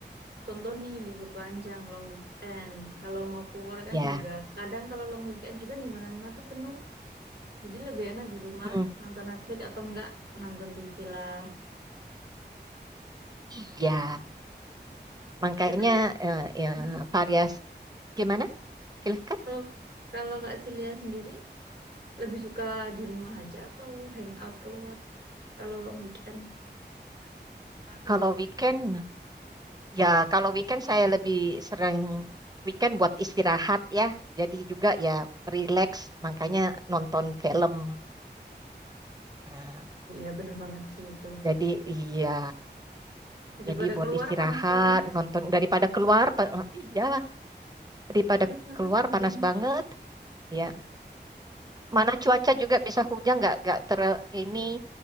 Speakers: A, on the right; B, on the right.
A: contoh nih libur panjang, long weekend, kalau mau keluar kan
B: ya,
A: juga kadang kalau long weekend juga di mana-mana tuh penuh. Jadi lebih enak di rumah
B: Hmm,
A: nonton Netflix atau enggak nonton TV lah.
B: iya, makanya
A: Tapi kalau
B: eh, ya,
A: Mm-mm.
B: varias gimana? Silahkan.
A: kalau kalau Kak Silia sendiri lebih suka di rumah aja atau hangout keluar kalau long weekend? Oh,
B: Kalau weekend. Ya, kalau weekend saya lebih sering weekend buat istirahat ya. Jadi juga ya relax, makanya nonton film. Nah,
A: Iya bener banget sih itu.
B: jadi iya,
A: Daripada
B: jadi buat
A: keluar
B: istirahat,
A: panas-panas,
B: nonton daripada keluar, pa- iya daripada
A: panas-panas
B: keluar
A: hujan.
B: panas banget. Ya, mana cuaca juga bisa hujan, nggak nggak ter ini